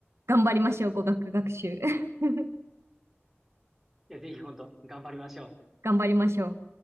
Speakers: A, on the right; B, in the centre.
A: 頑張りましょう、語学学習。<laughs>
B: いや、ぜひ本当、頑張りましょう。
A: 頑張りましょう。